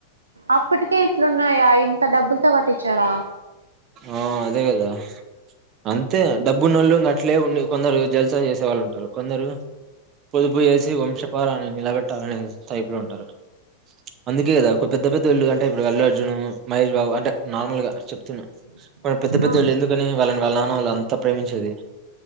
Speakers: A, on the right (about 85°); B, on the right (about 35°).
A: అప్పటికే ఇట్లున్నాయా ఇంత డబ్బుల్ తో కట్టిచ్చార
B: ఆ అదే కదా అంతే డబ్బు నోళ్లు ఇంగ అట్లే ఉండి కొందరు జల్సా చేసే వాళ్ళు ఉంటారు కొందరు పొదుపు జేసి వంశపారాన్ని నిలబెట్టాలనేసి సప్ లో ఉంటారు అందుకే కదా ఒక పెద్ద పెద్ద ఇల్లు అంటే ఇప్పుడు అల్లు అర్జున్ మహేష్ బాబు అంటే నార్మల్ గా చెప్తున్నా మళ్ళి పెద్ద పెద్దొళ్ళు
A: ఆ
B: ఎందుకని వాళ్ళని వాళ్ళ నాన్న వాళ్ళు అంతా ప్రేమించేది